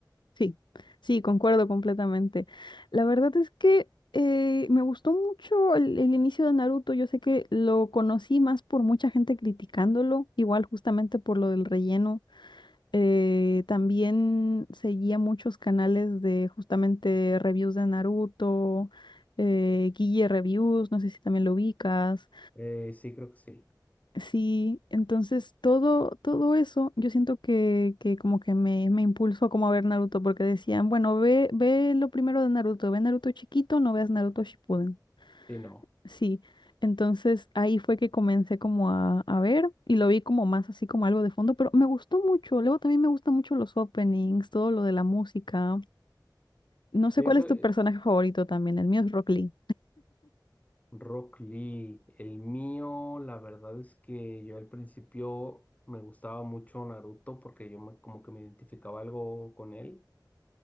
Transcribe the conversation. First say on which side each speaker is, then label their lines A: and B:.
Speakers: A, on the left; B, on the left.
A: Sí, sí, concuerdo completamente. La verdad es que eh, me gustó mucho el, el inicio de Naruto. Yo sé que lo conocí más por mucha gente criticándolo, igual justamente por lo del relleno. Eh, también seguía muchos canales de justamente reviews de Naruto, eh, Guille Reviews, no sé si también lo ubicas.
B: Eh, sí, creo que sí.
A: Sí, entonces todo, todo eso, yo siento que, que como que me, me impulsó como a ver Naruto, porque decían, bueno, ve, ve lo primero de Naruto, ve Naruto chiquito, no veas Naruto Shippuden.
B: Sí, no.
A: Sí, entonces ahí fue que comencé como a, a ver y lo vi como más así como algo de fondo, pero me gustó mucho. Luego también me gustan mucho los openings, todo lo de la música. No sé
B: Eso,
A: cuál es tu
B: eh,
A: personaje favorito también, el mío es Rock Lee.
B: Rock Lee, el mío, la verdad es que yo al principio me gustaba mucho Naruto porque yo me- como que me identificaba algo con él.